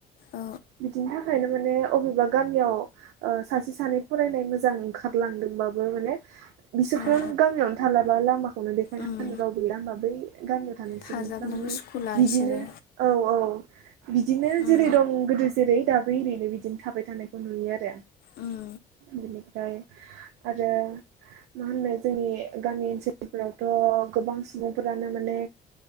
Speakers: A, on the left; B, on the right.
A: औ
B: बिदिनि थाखायनो माने अबेबा गामियाव ओ सासे सानै फरायनाय मोजां ओंखारलांदोंबाबो माने बिसोरखौनो
A: औ
B: गामियावनो थालाबा लामाखौनो देखायना
A: उम
B: हानो रावबोै गैला होमबा बै गामियाव थानाय
A: थाजाबनोबो
B: सुबुंफ्रा माने
A: सुखुला
B: बिदिनो
A: इसोरो
B: औ औ बिदिनो
A: उम
B: जेरै दं गो जेरै दाबै एरैनो बिदिनो थाबाय थानायखौ नुयो आरो
A: उम
B: बिनिफ्राय आरो मा होननो जोंनि गामि ओनसोलफोरावथ' गोबां सुबुंफोरानो माने